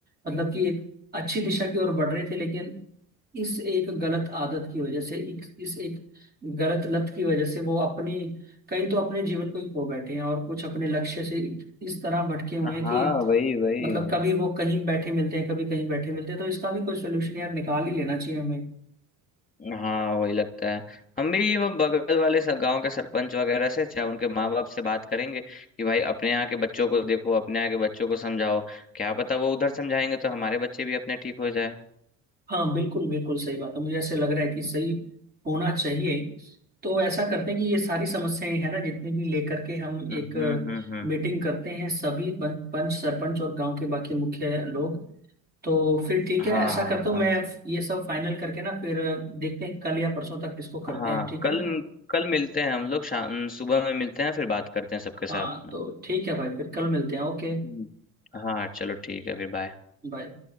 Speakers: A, on the right; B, on the left.
A: मतलब कि एक अच्छी दिशा की ओर बढ़ रहे थे लेकिन इस एक गलत आदत की वजह से इस इस एक गलत लत की वजह से वो अपनी कई तो अपने जीवन को ही खो बैठे हैं और कुछ अपने लक्ष्य से इस तरह भटके हुए हैं कि
B: हाँ वही वही
A: मतलब कभी वो कहीं बैठे मिलते हैं कभी कहीं बैठे मिलते हैं तो इसका भी कोई सोल्यूशन यार निकाल ही लेना चाहिए
B: हाँ वही लगता है हम भी वो बगल वाले स- गांव के सरपंच वगैरह से चाहे उनके माँ बाप से बात करेंगे कि भाई अपने यहाँ के बच्चों को देखो अपने यहाँ के बच्चों को समझाओ क्या पता वो उधर समझाएंगे तो हमारे बच्चे भी अपने ठीक हो जाए
A: हाँ बिल्कुल बिल्कुल सही बात है मुझे ऐसे लग रहा है कि सही होना चाहिए तो ऐसा करते हैं कि ये सारी समस्याएं है ना जितनी भी लेकर के हम
B: हम्म
A: एक
B: हम्म हम्म
A: मीटिंग करते हैं सभी बं- पंच सरपंच और गांव के बाकी मुख्य लोग तो फिर ठीक
B: हाँ
A: है ऐसा
B: हाँ
A: करता
B: हाँ
A: हूँ मैं ये सब फाइनल करके ना फिर देखते हैं कल या परसों तक इसको करते
B: हाँ
A: हैं ठीक
B: कल
A: है ना
B: कल मिलते हैं हम लोग शाम सुबह में मिलते हैं फिर बात करते हैं सबके साथ
A: हाँ
B: में
A: तो ठीक है भाई फिर कल मिलते हैं Okay
B: हम्म। हाँ चलो ठीक है फिर बाय
A: bye